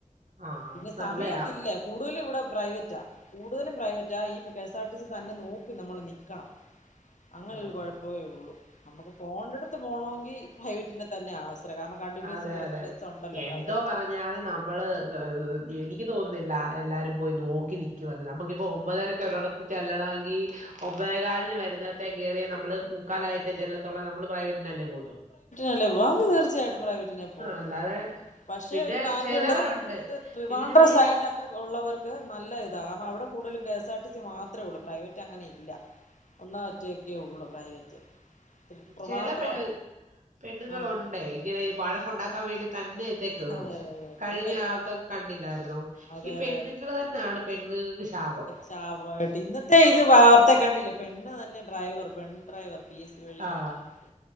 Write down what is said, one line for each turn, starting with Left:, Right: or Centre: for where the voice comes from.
Right: ആ ആ,
Left: പിന്നെ
Right: അത് നല്ലയാ
Left: സമയത്തില്ല കൂടുതലും ഇവിടെ പ്രൈവറ്റാ കൂടുതലും പ്രൈവറ്റാ ഈ K - K S R T C തന്നെ നോക്കി നമ്മള് നിക്കണം അങ്ങനെ
Right: ആ
Left: ഒരു കൊഴപ്പമേ ഉള്ളു. നമുക്ക് പോണ്ടെടുത്ത് പോകണങ്കി പ്രൈവറ്റിനെ തന്നെ ആശ്രയി കാരണം- കണ്ടിന്യൂസ്
Right: അതെ അതെ
Left: ബസ് ഉണ്ടല്ലോ
Right: എന്തോ
Left: പ്രൈവറ്റ്
Right: പറഞ്ഞാലും- നമ്മള് എനിക്ക് തോന്നുന്നില്ല എല്ലാവരും പോയി നോക്കി നിക്കുവെന്ന് നമുക്കിപ്പോ ഒമ്പതരക്കെ ഒരോടത്ത്- ചെല്ലണവെങ്കി ഒമ്പതെകാലിന് വരുന്നത്തെ കയറിയ നമ്മള്- കാലായിട്ട് ചെല്ലതൊള്ളെ നമ്മള് പ്രൈവറ്റനല്ലേ പോത്തുള്ളൂ
Left: അല്ലെ പോവാ അത് തീർച്ചയായിട്ടും പ്രൈവറ്റിനെ പോകത്തുള്ളൂ
Right: അല്ലാതെ
Left: പക്ഷേ
Right: പിന്നെ
Left: ഒരു കാര്യയുണ്ട്
Right: ചെലവരുണ്ട്
Left: നമുക്ക് ഇത് ട്രിവാൻഡ്രം
Right: ഇതിന് വേ
Left: സൈഡിലൊക്കെ- ഉള്ളവർക്ക് നല്ല ഇതാണ് കാരണം അവിടെ കൂടുതലും K S R T C മാത്രമേ ഉള്ളൂ പ്രൈവറ്റ് അങ്ങനെ ഇല്ല- ഒന്നോ മറ്റെക്കെ ഉള്ളൂ പ്രൈവറ്റ് ട്രിവാൻഡ്രം
Right: ചെല പെ പെണ്ണുങ്ങളൊണ്ടെ
Left: ആഹ്
Right: ഇങ്ങനെ വഴക്കുണ്ടാക്കാൻ വേണ്ടി തന്നെ- ത്തെ കേറു
Left: അതെ അതെ അതെ
Right: കഴിഞ്ഞ
Left: അതെ
Right: ആ ഇതൊക്കെ കണ്ടില്ലാർന്നോ
Left: അതെ
Right: ഈ പെണ്ണുങ്ങള്
Left: അതെ
Right: തന്നാണ് പെണ്ണുങ്ങക്ക് ശാപം
Left: ശാപായിട്ട് ഇന്നത്തെ ഇത് വാർത്തെ കണ്ടില്ലെ പെണ്ണ് തന്നെ ഡ്രൈവർ പെൺ ഡ്രൈവർ പി എസ് സി വഴി
Right: ആ
Left: നിയമനം കിട്ട